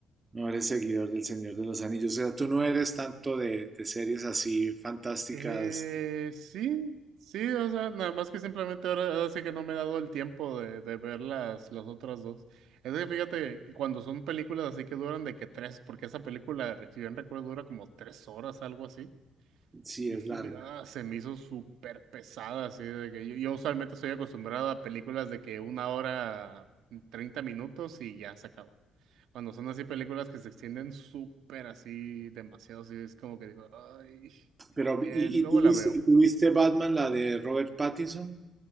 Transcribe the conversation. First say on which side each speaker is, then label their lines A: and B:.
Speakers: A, on the right (about 30°); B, on the right (about 80°).
A: No eres seguidor del Señor de los Anillos. O sea, tú no eres tanto de, de series así fantásticas.
B: Eh, sí, sí, o sea, nada más que simplemente ahora, ahora sí que no me he dado el tiempo de, de ver las, las otras dos. Es que fíjate que cuando son películas así que duran de que tres, porque esa película, si bien recuerdo, dura como tres horas, algo así.
A: Sí,
B: Dije,
A: es larga.
B: "Ah", se me hizo súper pesada, así de que yo, yo usualmente estoy acostumbrado a películas de que una hora, 30 minutos y ya se acabó. Cuando son así películas que se extienden súper así, demasiado, así es como que digo, ay,
A: Pero,
B: y, eh,
A: ¿y,
B: luego
A: y tuviste,
B: la veo.
A: tuviste Batman, la de Robert Pattinson?